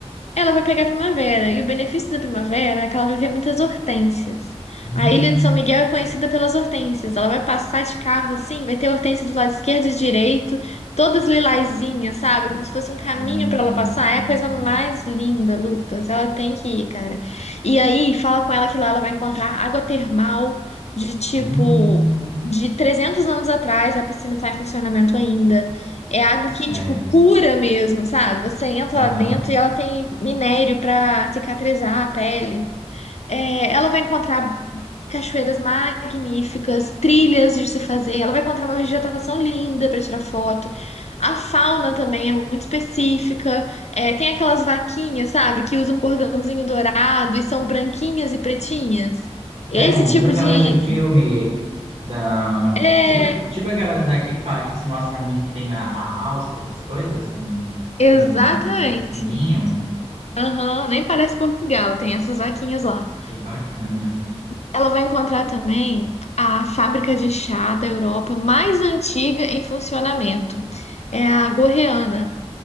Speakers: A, on the left; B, on the right.
A: Ela vai pegar a primavera, e o benefício da primavera é que ela vai ver muitas hortênsias.
B: Hum,
A: A Ilha de São Miguel é conhecida pelas hortênsias. Ela vai passar de carro assim, vai ter hortênsia do lado esquerdo e direito, todas lilazinhas, sabe? Como se fosse
B: caramba,
A: um caminho para ela
B: que
A: passar.
B: bacana.
A: É a coisa mais linda, Lucas. Ela tem que ir, cara. E aí, fala com ela que lá ela vai encontrar água termal de tipo
B: Hum,
A: de 300 anos atrás, a piscina está em funcionamento ainda. É água
B: sério.
A: que, tipo, cura mesmo, sabe? Você entra
B: Aham.
A: lá dentro e ela tem minério pra cicatrizar a pele. É, ela vai encontrar cachoeiras magníficas, trilhas de se fazer. Ela vai encontrar uma vegetação linda para tirar foto. A fauna também é muito específica. É, tem aquelas vaquinhas, sabe? Que usam cordãozinho dourado e são branquinhas e pretinhas. Esse
B: Sério,
A: tipo
B: tipo aquelas
A: de.
B: de filme da.
A: É,
B: Tipo, aqu- tipo aquelas daqui que fa- que se mostra muito que tem na Áustria, essas coisas, com,
A: exatamente.
B: com o sininho.
A: Aham, nem parece Portugal, tem essas vaquinhas lá.
B: Que bacana.
A: Ela vai encontrar também a fábrica de chá da Europa mais antiga em funcionamento. É a Gorreana